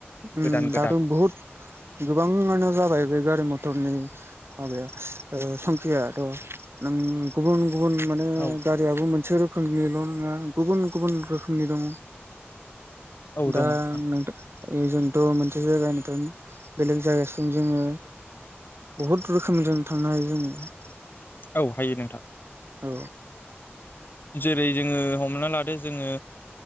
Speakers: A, on the right; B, on the left.
A: उम
B: गोदान गोदान
A: दाथ बहुत गोबां आनो जा बाय बे गारि मथरनि माबाया ओ संखियाथ' नों गुबुन गुबुन माने
B: औ
A: गारियाबो मोनसे रोखोमनिल' नोङा गुबुन गुबुन रोखोमनि दङ
B: औ दङ
A: दा
B: नोंथां
A: नों खालि जोंथ' मोनसे जायगानिफ्राय बेलेग जायगासिम जोङो बहुद रोखोमजों थांनो हायो जोङो
B: औ हायो नोंथां
A: औ
B: जेरै जोङो हमना लादो जोङो